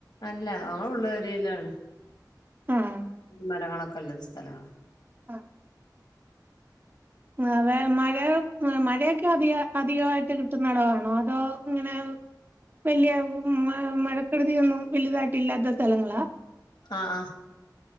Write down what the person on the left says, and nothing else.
അല്ല അങ്ങള് ഉള്ളേ ഏരേലാണ്
മരങ്ങളൊക്കെല്ലത് സ്ഥലാ
ആഹ് ആഹ്